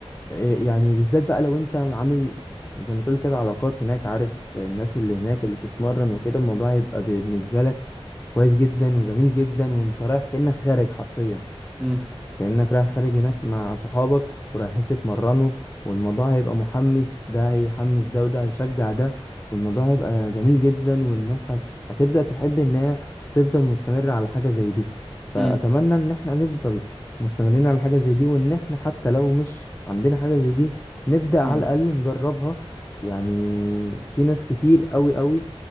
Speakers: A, on the left (about 20°); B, in the centre.
A: إيه يعني بالذات بقى لو انت عامل زي ما تقول كده علاقات هناك عارف الناس اللي هناك اللي بتتمرن وكده الموضوع هيبقى بالنسبة لك كويس جدا وجميل جدا وانت رايح كأنك خارج حرفيا
B: امم
A: كأنك رايح خارج هناك مع صحابك ورايحين تتمرنوا والموضوع هيبقى محمس ده هيحمس ده وده هيشجع ده والموضوع هيبقى جميل جدا والناس هت... هتبدأ تحب ان هي تفضل مستمرة على حاجة زي دي فأتمنى
B: امم
A: ان احنا نفضل مستمرين على حاجة زي دي وان احنا حتى لو مش عندنا حاجة زي دي نبدأ
B: امم
A: على الأقل نجربها يعني في ناس كتير قوي قوي